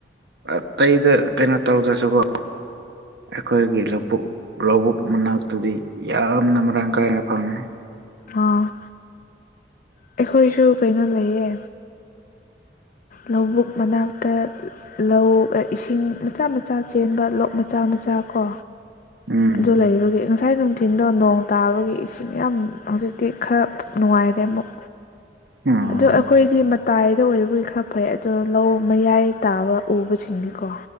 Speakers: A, on the right; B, on the left.
A: ꯑꯇꯩꯗ ꯀꯩꯅꯣ ꯇꯧꯗ꯭ꯔꯁꯨꯀꯣ ꯑꯩꯈꯣꯏꯒꯤ ꯂꯧꯕꯨꯛ ꯂꯧꯕꯨꯛ ꯃꯅꯥꯛꯇꯨꯗꯤ ꯌꯥꯝꯅ ꯃꯔꯥꯡ ꯀꯥꯏꯅ ꯐꯪꯉꯦ
B: ꯑꯥ ꯑꯩꯈꯣꯏꯁꯨ ꯀꯩꯅꯣ ꯂꯩꯌꯦ ꯂꯧꯕꯨꯛ ꯃꯅꯥꯛꯇ ꯂꯧ ꯏꯁꯤꯡ ꯃꯆꯥ ꯃꯆꯥ ꯆꯦꯟꯕ ꯂꯣꯛ ꯃꯆꯥ ꯃꯆꯥ ꯀꯣ
A: ꯎꯝ
B: ꯑꯣ ꯂꯩꯔꯨꯒꯦ ꯉꯥꯏ ꯉꯥꯏ ꯅꯨꯡꯊꯤꯟꯜꯗꯣ ꯅꯣꯡ ꯇꯥꯕꯒꯤ ꯏꯁꯤꯡ ꯌꯥꯝ ꯍꯧꯖꯤꯛꯇꯤ ꯈꯔ ꯅꯨꯡꯉꯥꯏꯔꯦ ꯑꯃꯨꯛ
A: ꯎꯝ
B: ꯑꯗꯣ ꯑꯩꯈꯣꯏꯗꯤ ꯃꯇꯥꯏꯗ ꯑꯣꯏꯕꯕꯨꯒꯤ ꯈꯔ ꯐꯩ ꯑꯗꯣ ꯂꯧ ꯃꯌꯥꯏ ꯇꯥꯕ ꯎꯕꯁꯤꯡꯅꯤꯀꯣ